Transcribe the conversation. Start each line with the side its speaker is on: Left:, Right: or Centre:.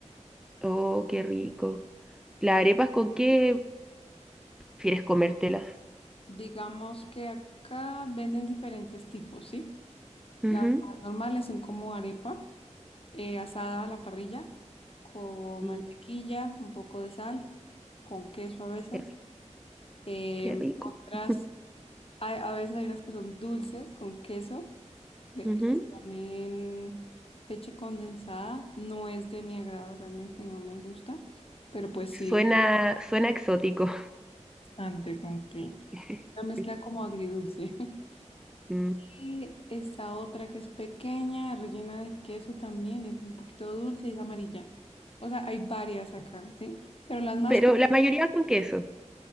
Centre: Oh, qué rico. ¿Las arepas con qué prefieres comértelas?
Left: Digamos que acá venden diferentes tipos, ¿sí?
Centre: Ujú.
Left: Las más normales son como arepa. eh, asada a la parrilla con
Centre: Mm,
Left: mantequilla, un poco de sal, con queso a veces.
Centre: Qué, ri-
Left: Em,
Centre: qué rico.
Left: otras,
Centre: <laughs>
Left: hay- a veces hay unas que son dulces con queso, le-
Centre: Ujú.
Left: les ponen leche condensada. No es de mi agrado realmente, no me gusta, pero pues
Centre: Suena,
Left: sí,
Centre: suena exótico.
Left: bastante con que
Centre: <laughs>
Left: la mezcla como agridulce. <laughs>
Centre: Mm.
Left: Y esta otra que es pequeña, rellena de queso también, es un poquito dulce, es amarilla. O sea, hay varias acá, ¿sí? Pero las más
Centre: Pero la mayoría con queso.